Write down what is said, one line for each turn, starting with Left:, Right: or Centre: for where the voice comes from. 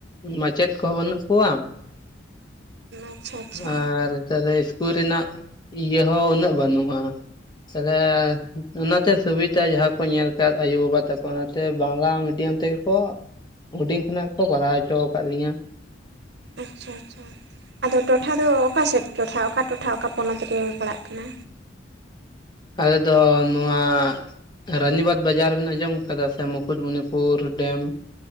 Left: ᱢᱟᱪᱮᱫ ᱠᱚᱦᱚᱸ ᱵᱟᱹᱱᱩᱜ ᱠᱚᱣᱟ
Right: ᱟᱪᱪᱷᱟ ᱟᱪᱪᱷᱟ
Left: ᱟᱨ ᱛᱟᱦᱚᱞᱮ ᱤᱥᱠᱩᱞ ᱨᱮᱱᱟᱜ ᱤᱭᱟᱹ ᱦᱚᱸ ᱩᱱᱟᱹᱜ ᱵᱟᱹᱱᱩᱜᱼᱟ ᱛᱟᱦᱚᱞᱮ ᱚᱱᱟᱛᱮ ᱥᱩᱵᱤᱛᱟ ᱡᱟᱦᱟᱸ ᱠᱚ ᱟᱠᱟᱫ ᱟᱭᱩᱵᱟᱵᱟ ᱛᱟᱠᱚ ᱚᱱᱟᱛᱮ ᱵᱟᱝᱞᱟ ᱢᱤᱰᱤᱭᱟᱢ ᱛᱮ ᱠᱚ ᱦᱩᱰᱤᱧ ᱠᱷᱚᱱᱟᱜ ᱠᱚ ᱵᱟᱲᱦᱟᱣ ᱦᱚᱪᱚ ᱟᱠᱟᱫ ᱞᱤᱧᱟᱹ ᱾
Right: ᱟᱪᱪᱷᱟ ᱟᱪᱪᱷᱟ ᱾ ᱟᱫᱚ ᱴᱚᱴᱷᱟ ᱫᱚ ᱚᱠᱟ ᱥᱮᱫ ᱴᱚᱴᱷᱟ ᱚᱠᱟ ᱴᱚᱴᱷᱟ ᱚᱠᱟ ᱯᱚᱱᱚᱛ ᱨᱮ ᱯᱟᱲᱟᱜ ᱠᱟᱱᱟ?
Left: ᱟᱞᱮ ᱫᱚ ᱱᱚᱣᱟᱼᱼ ᱨᱟᱱᱤᱵᱟᱫᱽ ᱵᱟᱡᱟᱨ ᱵᱮᱱ ᱟᱸᱡᱚᱢ ᱟᱠᱟᱫᱟ ᱥᱮ ᱢᱩᱠᱩᱴᱢᱚᱱᱤᱯᱩᱨ ᱰᱮᱢ?